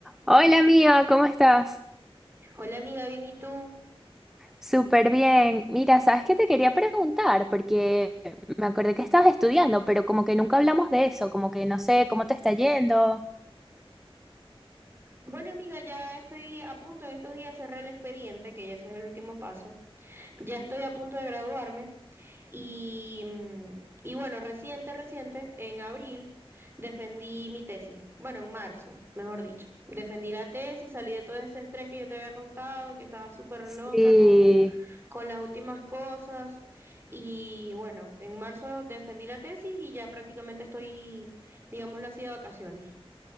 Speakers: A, in the centre; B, on the right (about 25°).
A: Hola amiga, ¿cómo estás?
B: Hola amiga, bien, ¿y tú?
A: Súper bien. Mira, ¿sabes qué te quería preguntar? Porque me acordé que estabas estudiando, pero como que nunca hablamos de eso, como que no sé cómo te está yendo.
B: Bueno amiga, ya estoy a punto en estos días de cerrar el expediente, que ya eso es el último paso. Ya estoy a punto de graduarme y, mm, y bueno, reciente, reciente, en abril defendí mi tesis. Bueno, en marzo, mejor dicho. Defendí la tesis, salí de todo ese estrés que yo te había contado, que estaba súper
A: Sí.
B: loca con, con las últimas cosas. Y bueno, en marzo defendí la tesis y ya prácticamente estoy, digámoslo así, de vacaciones.